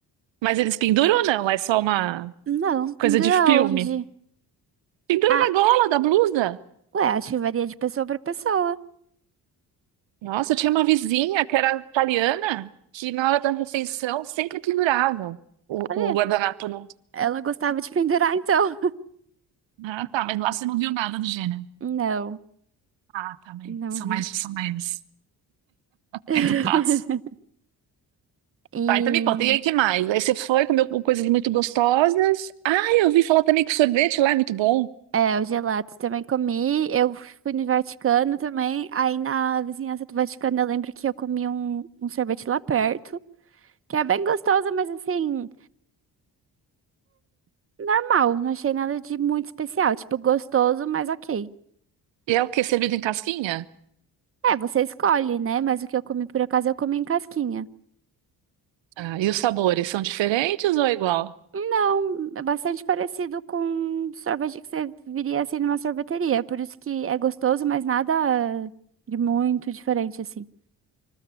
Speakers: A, on the right; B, on the right.
A: Mas eles penduram ou não? É só uma
B: Não, pendurar
A: coisa de filme.
B: onde?
A: Pendura
B: Ah,
A: na gola da blusa.
B: ué, acho que varia de pessoa pra pessoa.
A: Nossa, eu tinha uma vizinha que era italiana, que na hora da refeição sempre pendurava o,
B: Olha,
A: o guardanapo. No...
B: ela gostava de pendurar, então.
A: Ah, tá, mas lá você não viu nada do gênero.
B: <laughs> Não,
A: Ah, tá bem.
B: não
A: São
B: vi.
A: mais, são mais
B: <laughs>
A: educados.
B: E
A: Tá, então me conta, e aí que mais? Aí você foi, comeu coisas muito gostosas. Ah, eu ouvi falar também que o sorvete lá é muito bom.
B: é, o gelato também comi. Eu fui no Vaticano também. Aí na vizinhança do Vaticano eu lembro que eu comi um, um sorvete lá perto, que é bem gostoso, mas assim, normal. Não achei nada de muito especial. Tipo, gostoso, mas ok.
A: E é o quê? Servido em casquinha?
B: É, você escolhe, né? Mas o que eu comi por acaso eu comi em casquinha.
A: Ah, e os sabores são diferentes ou é igual?
B: Não, é bastante parecido com sorvete que você viria assim numa sorveteria. Por isso que é gostoso, mas nada de muito diferente assim.